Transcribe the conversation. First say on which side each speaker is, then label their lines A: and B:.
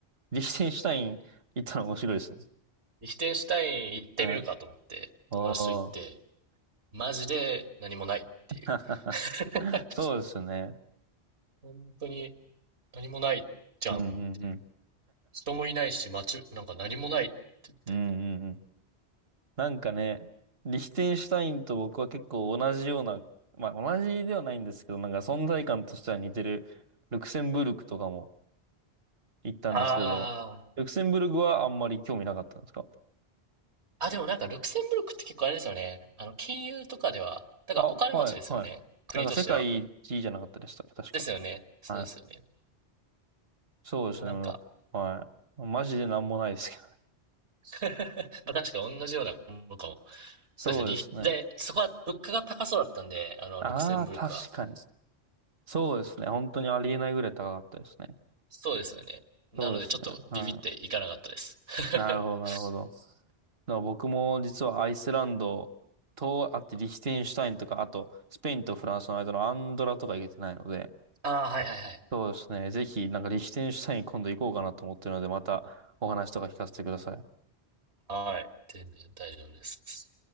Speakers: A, on the right (about 65°); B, on the right (about 80°).
A: リヒテンシュタイン行ったの面白いですね。
B: リヒテンシュタイン行ってみるかと思って、
A: はい。おお。
B: 友達と行って、マジで何もないっていう。
A: <laughs>
B: <laughs>
A: そうですね。
B: 本当に何もないじゃんっていう。
A: うんうんうん。
B: 人もいないし、街、なんか何もないって言って。
A: うんうんうん。なんかね、リヒテンシュタインと僕は結構同じような、まあ同じではないんですけど、なんか存在感としては似てるルクセンブルクとかも行ったんですけど、
B: あ
A: ルクセンブルクはあんまり興味なかったんですか
B: あ、でもなんか、ルクセンブルクって結構あれですよね。あの、金融とかでは、だからお金持ちですよね。
A: あ、はい、はい。
B: 国としては。
A: なんか世界一位じゃなかったでしたっけ、確か。
B: ですよね。そうですよね。
A: はい。そうですね、
B: でもなんか、
A: もうはい。マジでなんもないですけど。
B: <laughs> まあ確か同じようなものかも。
A: <laughs>
B: そうですね。
A: そうですね。
B: リヒで、そこは物価が高そうだったんで、あの、
A: ああ、
B: ルクセンブルクは。
A: 確かに。そうですね。本当にありえないぐらい高かったですね。
B: そうですよね。なのでちょっとビビっていかなかったです。
A: そうですね。はい。
B: <laughs>
A: なるほど、なるほど。だから僕も実はアイスランドと、あってリヒテンシュタインとか、あとスペインとフランスの間のアンドラとか行けてないので、
B: ああ、はいはいはい。
A: そうですね。ぜひ、なんかリヒテンシュタイン今度行こうかなと思ってるので、またお話とか聞かせてください。
B: はい。全然大丈夫です。